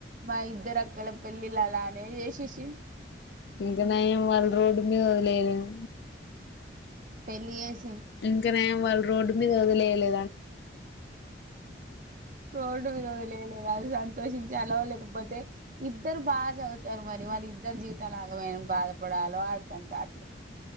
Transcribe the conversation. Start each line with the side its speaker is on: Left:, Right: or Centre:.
Right: మా ఇద్దరు అక్ గలపెళ్లిలాలనే జేశేషిమ్
Left: ఇంక నయం వాళ్ళు రోడ్డు మీద వదిలివేయలేదు
Right: పెళ్లి ఏసి
Left: ఇంకా నయం వాళ్ళు రోడ్డు మీద వదిలేయలే
Right: రోడ్డు మీద వదిలిలేదు అది సంతోషించలో లేకపోతే ఇద్దరు బాజ అవుతారు మరి వాళ్ళ ఇద్దరి జీవితాలు ఆగం అయ్యినం అని బాధపడాలో అర్థం కాట్లే